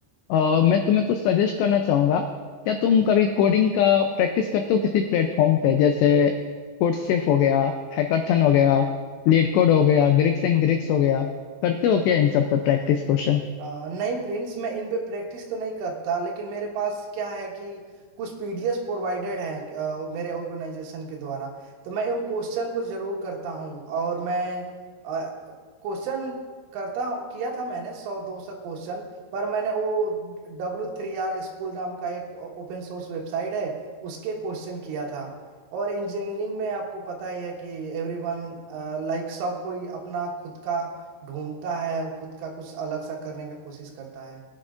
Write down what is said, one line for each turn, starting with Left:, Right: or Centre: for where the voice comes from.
Left: अ, मैं तुम्हें कुछ सजेस्ट करना चाहूंगा क्या तुम कभी कोडिंग का प्रैक्टिस करते हो किसी प्लेटफॉर्म पे जैसे कोडसेफ हो गया हैकाथन हो गया लीड कोड हो गया ग्रिक्स एंड ग्रिक्स हो गया करते हो क्या इन सब पे प्रैक्टिस क्वेश्चन
Right: अ, नहीं प्रिंस मैं इन पे प्रैक्टिस तो नहीं करता लेकिन मेरे पास क्या है कि कुछ पीडीएफ प्रोवाइडेड हैं अ, मेरे ऑर्गेनाइजेशन के द्वारा तो मैं उन क्वेश्चन को जरूर करता हूँ और मैं क्वेश्चन करता हूं- किया था मैंने सौ दो सौ क्वेश्चन पर मैंने वो डब्ल्यू थ्री आर स्कूल नाम का एक ओपन सोर्स वेबसाइट है उसके क्वेश्चन किया था और इंजीनियरिंग में आपको पता ही है कि एवरीवन लाइक सब कोई अपना खुद का ढूंढता है और खुद का कुछ अलग सा करने की कोशिश करता है